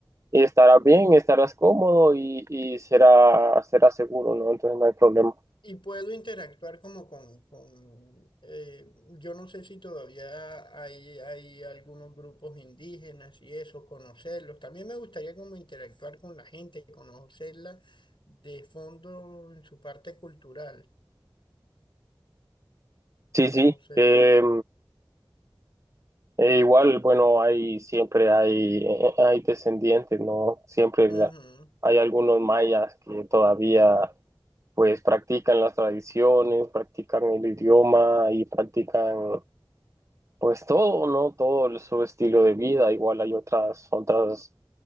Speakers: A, on the right (about 35°); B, on the left (about 65°).
A: estarás bien, estarás cómodo y, y será, será seguro, ¿no? Entonces no hay problema.
B: Y puedo interactuar como con, con eh, yo no sé si todavía hay, hay algunos grupos indígenas y eso, conocerlos. También me gustaría como interactuar con la gente, conocerla de fondo en su parte cultural.
A: Sí, sí.
B: No sé.
A: eh, e igual, bueno, hay siempre hay, eh, hay descendientes, ¿no? Siempre
B: Ujú,
A: la- hay algunos mayas que todavía pues practican las tradiciones, practican el idioma y practican Pues todo, ¿no? Todo el- su estilo de vida, igual hay otras, otras,